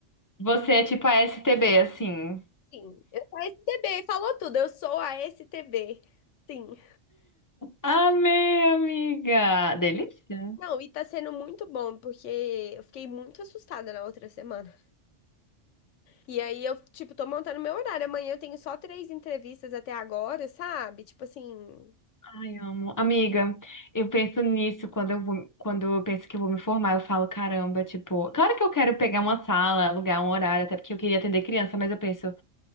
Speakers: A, on the left; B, on the left.
A: você é tipo a STB, assim.
B: Sim, eu sou a STB, falou tudo, eu sou a STB. Sim.
A: Amei, amiga. Delícia.
B: Não, e tá sendo muito bom, porque eu fiquei muito assustada na outra semana. E aí eu, tipo, tô montando meu horário. Amanhã eu tenho só três entrevistas até agora, sabe? Tipo assim,
A: Ai, amo. Amiga, eu penso nisso quando eu vou, quando eu penso que eu vou me formar, eu falo, caramba, tipo, claro que eu quero pegar uma sala, alugar um horário, até porque eu queria atender criança, mas eu penso,